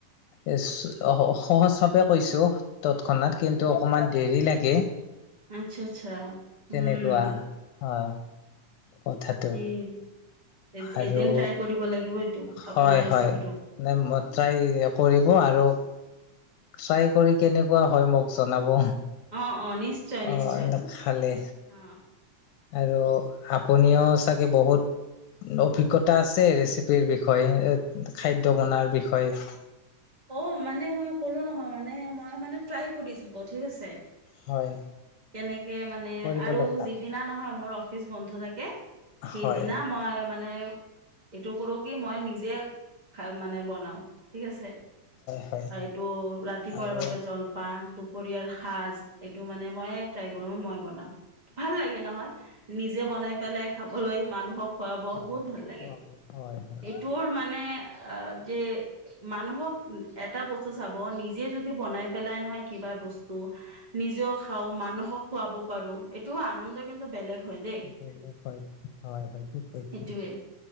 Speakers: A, on the left (about 80°); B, on the right (about 65°).
A: এ চ-সহজ ভাৱে কৈছো। তৎক্ষণাত কিন্তু অকমান দেৰি লাগে।
B: আচ্ছা আচ্ছা।
A: তেনেকুৱা
B: উম
A: অ' কথাটো।
B: এদি এদিন
A: আৰু
B: ট্ৰাই কৰিব লাগিব। এইটো
A: হয়,
B: আপোনাৰ ৰেচিপিটো
A: হয়, ন মই ট্ৰাই কৰিব আৰু <unintelligible> কৰি কেনেকুৱা হয় মোক জনাব।
B: অ', অ', নিশ্চয়
A: অ
B: নিশ্চয়।
A: খালে
B: অ
A: আৰু আপুনিও চাগে বহুত অভিজ্ঞতা আছে ৰেচিপিৰ বিষয়ে খাদ্য বনোৱাৰ বিষয়ে।
B: অ', মানে মই ক'লো নহয় মানে মই মানে ট্ৰাই কৰি থাকো ঠিক আছে।
A: হয়
B: কেনেকে মানে
A: কৰিব
B: আৰু
A: লাগে
B: যি সিদিনা নহয় মোৰ অফিচ বন্ধ থাকে সিদিনা
A: হয়
B: মই মানে এইটো কৰো কি মই নিজে খা মানে বনাও ঠিক আছে।
A: হয়।
B: এইটো ৰাতিপুৱাৰ
A: আৰু
B: বাবে জল- পান দুপৰীয়াৰ সাজ এইটো মানে মইে ট্ৰাই কৰোঁ মই বনাম। ভাল লাগে নহয়, নিজে বনাই পেলাই খাবলৈ মানুহক- খুৱাব বহুত
A: হয়
B: ভাল লাগে।
A: খোৱা বোৱা হয় হয়
B: এইটোৰ মানে- আঁহ', যে মানুহক- এটা বস্তু চাব নিজে যদি বনাই পেলাই নহয় কিবা বস্তু- নিজেও খাওঁ মানুহক খোৱাব পাৰোঁ এইটোও আনন্দ কিন্তু বেলেগ হয় দেই
A: বেলেগ হয় হয় হয় ঠিক কৈছে
B: সেইটোৱে।